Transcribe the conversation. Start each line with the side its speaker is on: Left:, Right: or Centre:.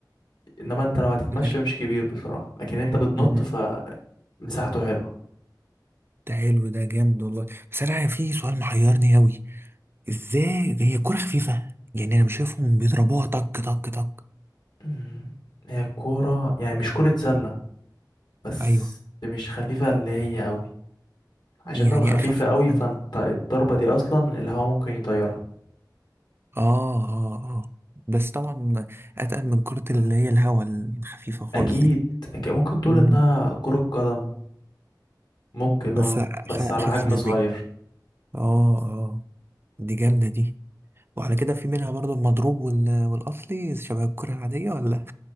Left: إنما أنت لو هتتمشى
Right: لا
Left: مش كبير بصراحة لكن أنت بتنط
Right: مم.
Left: فمساحته حلوة
Right: ده حلو ده جامد والله بس انا في سؤال محيرني اوي ازاي ده هي كرة خفيفة يعني انا مش شايفهم بيضربوها طك طك طك
Left: مم. هي الكورة يعني مش كرة سلة بس
Right: ايوه
Left: مش خفيفة اللي هي أوي عشان
Right: يعني
Left: لو خفيفة
Right: اخف
Left: قوي
Right: من السله
Left: فانت الضربة دي اصلا الهوا ممكن يطيرها
Right: اه اه اه بس طبعا اتقل من كرة اللي هي الهوا الخفيفة خالص
Left: اكيد
Right: دي
Left: اكيد ممكن تقول
Right: مم.
Left: انها كرة قدم ممكن
Right: بس
Left: اه
Right: أخ-
Left: بس
Right: اخف
Left: على حجم
Right: نسبيا
Left: صغير
Right: اه اه دي جامدة دي وعلى كده في منها برضو المضروب وال- والاصلي شبه الكرة العادية ولا